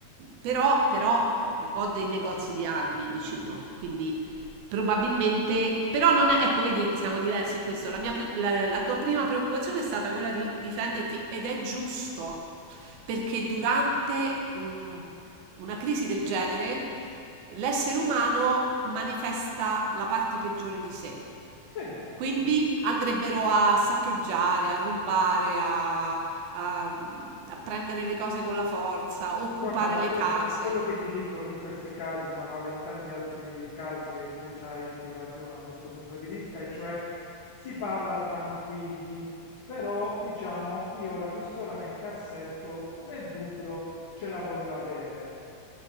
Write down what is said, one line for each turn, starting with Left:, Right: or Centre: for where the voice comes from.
Right: però, però eh, ho dei negozi di armi vicino, quindi probabilmente, però non è, ecco, vedi, siamo diversi in questo. La mia pri- la- la tua prima preoccupazione è stata quella di difenderti ed è giusto perché durante un- una crisi del genere l'essere umano manifesta la parte peggiore di sé.
Left: Sì.
Right: Quindi andrebbero a saccheggiare, a rubare, a, a- a prendere le cose con la forza, occupare
Left: Guarda, Teresa,
Right: le case.
Left: quello che ti dico in questi casi, ma vale in tanti altri casi e tu sai come ragiono da questo punto di vista, e cioè si parla tranquilli, però diciamo io la pistola nel cassetto, nel dubbio ce la voglio avere,